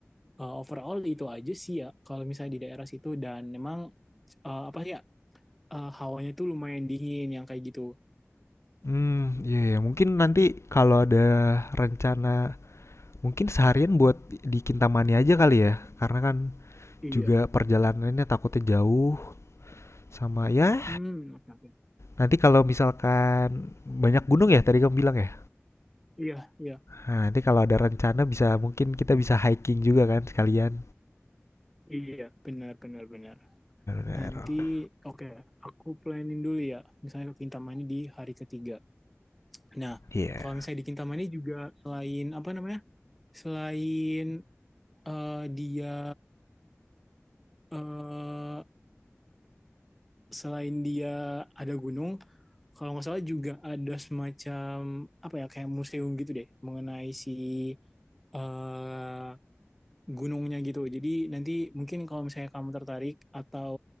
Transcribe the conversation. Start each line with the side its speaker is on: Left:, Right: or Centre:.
Centre: Eh, overall itu aja sih ya kalau misalnya di daerah situ dan memang eh, apa sih ya eh, hawanya tuh lumayan dingin yang kayak gitu.
Left: Hmm, iya, iya. Mungkin nanti kalau ada rencana, mungkin seharian buat di Kintamani aja kali ya. Karena kan
Centre: Iya.
Left: juga perjalanannya takutnya jauh sama ya.
Centre: Hmm, oke oke.
Left: Nanti kalau misalkan banyak gunung ya, tadi kamu bilang ya.
Centre: Iya, iya.
Left: Nah, nanti kalau ada rencana bisa mungkin kita bisa hiking juga kan sekalian.
Centre: Iya, benar benar benar.
Left: Benar.
Centre: Nanti oke, aku planning dulu ya. Misalnya ke Kintamani di hari ketiga. Nah,
Left: Iya. Yeah.
Centre: kalau misalnya di Kintamani juga selain apa namanya? Selain eh, dia eh selain dia ada gunung, kalau nggak salah juga ada semacam apa ya kayak museum gitu deh mengenai si eh gunungnya gitu. Jadi nanti mungkin kalau misalnya kamu tertarik atau